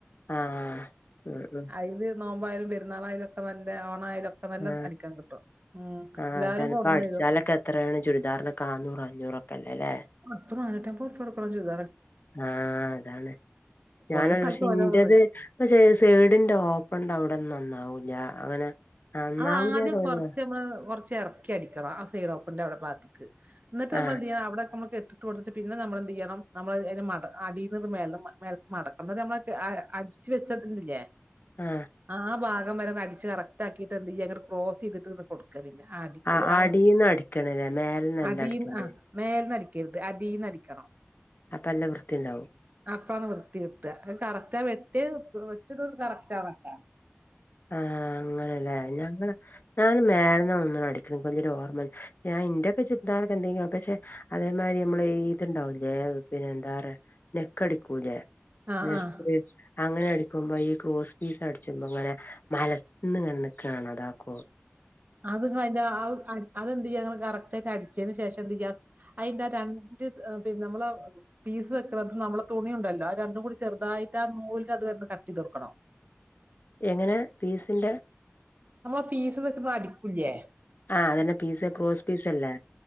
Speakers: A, on the left; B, on the right.
A: ആഹ് ആഹ ഉ ഉ
B: അയില് നോമ്പായാലും പെരുന്നാളായാലുംക്കെ നല്ല ഓണായാലും. ഒക്കെ നല്ല
A: ആ
B: അടിക്കാൻ കിട്ടും ഉം
A: ആ
B: എല്ലാരും
A: അതന്ന
B: കൊടുന്നു
A: ഇപ്പ അടിച്ചാലൊക്കെ
B: തരും
A: എത്രയാണ് ചുരിദാറിനൊക്കെ <unintelligible> പറഞ്ഞ.. പുറക്കല്ലല്ലേ
B: അപ്പം നാന്നൂറ്റി അയ്മ്പൊർ പ്യട്ക്കണം ചുരി
A: ആഹ അതാണ് ഞാന
B: ഓരോ
A: <unintelligible>
B: സ്ഥലത്ത്
A: പക്ഷെ ഇന്റത്
B: ഓരോ
A: <unintelligible> സൈഡിന്റെ ഓപ്പൺണ്ട് അവിടെന്ന നന്നാവൂ ഞാ അങ്ങനെ നന്നാവൂലാറിയ
B: അത ആദ്യം കുറച്ച് നമ്മ <unintelligible> കുറച്ച് ചറക്കി അടിക്കണം ആ സൈഡ ഓപ്പിന്റെ അവിടെ ഭാത്തത്ത്ക്ക് എന്നിട്ട് നമ്മ
A: ആഹ്
B: എന്ത് ചെയ്യ അവിടെ നമ്മ ഇട്ടിട്ട് കൊടുത്തിട്ട് പിന്നെ നമ്മളെന്ത് ചെയ്യണം നമ്മള് അടിന്നത് മ മടക്ക നമ്മള അടിച്ച വെച്ചട്ടണ്ടില്ലേ
A: ആഹ്
B: ആ ഭാഗം വരെ അടിച്ച് കറക്റ്റ് ആക്കിയിട്ട് എന്ത ചെയ്യാ അത് ക്രോസ് ചെയ്തിട്ട് ഇ കൊടുക്കും പിന്നെ ആ അടിക്ക
A: ആഹ് അടീന്ന്
B: ആ
A: അടിക്കണല്ലേ മേലെന്നല്ല
B: അടിന്ന്
A: അടിക്കണ്ടേ
B: ആ മേൽന്ന അടി രുത് അടീന്ന് അടിക്കണം
A: അപ്പ അല്ല വൃത്തി ണ്ടാവും
B: പ്പാണ് വൃത്തി കിട്ടാ അ കറക്റ്റ് ആ വെട്ടി വെട്ടിയതൊന്നും കറക്റ്റാവണ്ട
A: ആഹ അങ്ങനെല്ലേ ഞങ്ങ ഞാൻ മേ ന്നാ തോന്നുണ് അടിക്ക്ണ പ്പം വല്യ ഒരു ഓർമ്മ ഇല്ല. ഞാ ഇന്ററാക്കെ ചുരിദാറ് എന്തെങ്കിലും പക്ഷെ അതേമാതിരി നമ്മ ണ്ടാവൂലേ പിന്നെ എന്താ പറ നെക്കടിക്കൂലേ
B: ആ
A: <unintelligible>
B: ആ
A: അങ്ങനെ അടിക്കുമ്പോ ഈ ക്രോസ് പീസ് അടിച്ച്മ്പൊ ഇങ്ങനെ മലന്ന് ങ്ങനെ നിക്കണ അതാക്ക
B: അത് ങ്ങള് അയിന്റെ ആ അത് എന്തെയ്യാ ങ്ങള് കറക്റ്റ് ആയിട്ട് അടിച്ചതിന് ശേഷം എന്ത് ചെയ്യ അതിന്റെ രണ്ട് നമ്മള പീസ് വെക്കത് നമ്മളെ തുണി ഉണ്ടല്ലോ ആ രണ്ടും കൂടി ചെറുത ട്ട് ആ നൂൽന്റെ അത് ഒന്ന് കട്ടെയ്ത് കൊടുക്കണം
A: എങ്ങനെ ഫീസിന്റെ
B: നമ്മ ഫീസ് വെച്ച്പ അടിക്കൂല്ലേ
A: ആ അതന്നെ പീസ് ക്രോസ് പീസ് അല്ലേ